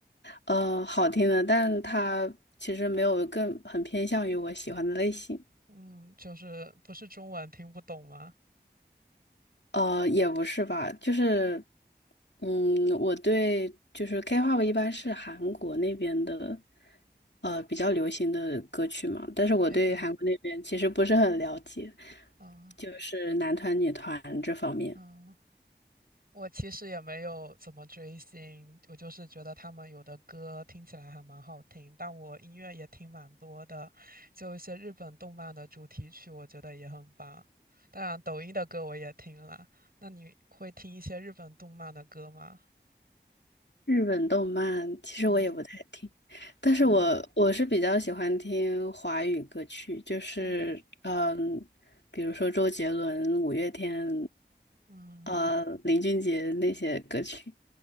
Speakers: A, on the left; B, on the right.
A: 呃，好听的，但它其实没有更很偏向于我喜欢的类型。
B: 嗯，就是不是中文听不懂吗？
A: 呃，也不是吧，就是，嗯，我对就是 K-pop 一般是韩国那边的，呃，比较流行的歌曲嘛，但是我对韩国那边其实不是很了解，
B: 对的，嗯
A: 就是男团、女团这方面。
B: 嗯。我其实也没有怎么追星，我就是觉得他们有的歌听起来还蛮好听，但我音乐也听蛮多的，就一些日本动漫的主题曲，我觉得也很棒。当然，抖音的歌我也听了。那你会听一些日本动漫的歌吗？
A: 日本动漫其实我也不太听，
B: 嗯
A: 但是我我是比较喜欢听华语歌曲，
B: 嗯
A: 就是嗯，
B: 嗯
A: 比如说周杰伦、五月天，
B: 嗯，
A: 呃，林俊杰那些歌曲。